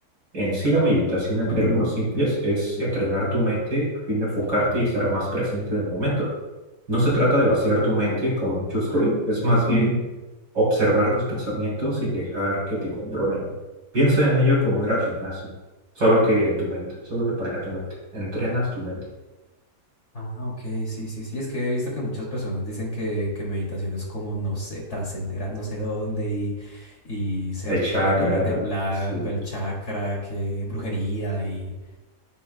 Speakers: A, on the right (about 80°); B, on the left (about 40°).
A: en sí la meditación en términos simples es entrenar tu mente a fin de enfocarte y estar más presente en el momento. No se trata de vaciar tu mente, como muchos creen, es más bien observar tus pensamientos sin dejar que te controlen. Piensa en ello como ir al gimnasio, solo que en tu mente, solo que para tu mente. Entrenas tu mente.
B: Ah, ok, sí, sí, sí. Es que he visto que muchas personas dicen que, que meditación es como, no sé, trascender a no sé dónde y, y ser,
A: El chakra,
B: poner la meta en blanco,
A: sí.
B: el chakra, que brujería y...